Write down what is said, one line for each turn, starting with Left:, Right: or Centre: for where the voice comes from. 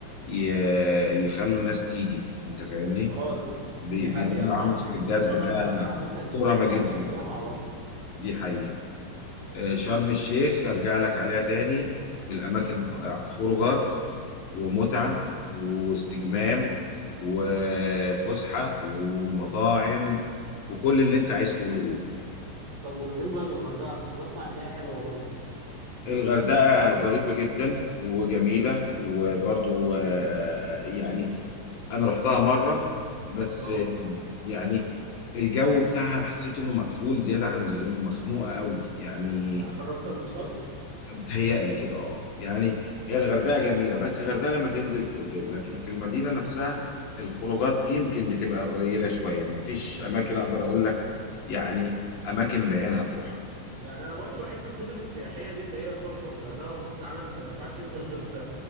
Left: ي- يخلوا الناس تيجي انت فاهمني
Right: اه
Left: بي-
Right: دي حقيقة
Left: بيعملوا
Right: فعلا
Left: عنصر
Right: احنا
Left: الجذب
Right: الصراحة
Left: ده
Right: لما رحنا هناك كانت
Left: كرمه
Right: الناس
Left: جدا
Right: يعني شايلانا من على الأرض
Left: دي حقيقه آه، شرم الشيخ ارجع لك عليها تاني من الاماكن
Right: امم
Left: الرائعه خروجات ومتعة واستجمام وفسحة ومطاعم وكل اللي انت عايز تقوله قوله
Right: طب وبالنسبة للغردقة كنت بسمع إن هي حلوة برضه
Left: الغردقة ظريفة جدا وجميلة وبرضو آه، يعني انا رحتها مرة بس
Right: اه
Left: آه، يعني الجو بتاعها حسيت انه مقفول زيادة عن اللزوم مخنوقة قوي يعني
Right: يعني حر اكتر من شرم
Left: بتهيألي كده اه يعني هي الغردقه جميله بس الغردقه لما تنزل في اوتيل لكن في المدينه نفسها الخروجات يمكن بتبقى قليله شويه ما فيش اماكن اقدر اقول لك يعني اماكن بعينها تروح
Right: يعني انا برضو بحس المدن السياحيه دي اللي هي شرم والغردقه ومرسى علم انت ما ينفعش تنزل غير في